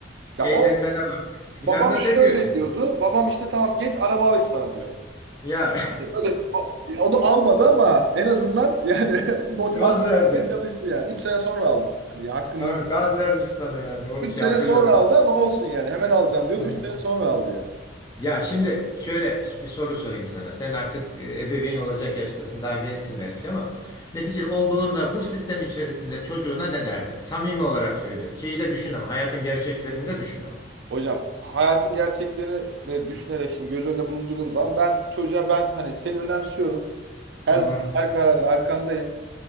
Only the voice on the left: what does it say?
eğlenmene
bak filan
da
demiyor yani.
Ya
<laughs> gaz verdi.
Tamam
gaz vermiş sana yani o
şey
hatırlıyorum.
Tamam.
Ya şimdi şöyle bir soru sorayım sana. Sen artık e, ebeveyn olacak yaştasın. Daha gençsin belki ama neticede olduğunda bu sistem içerisinde çocuğuna ne derdin? Samimi olarak söylüyorum. Şeyi de düşün ama hayatın gerçeklerini de düşün ama.
Hı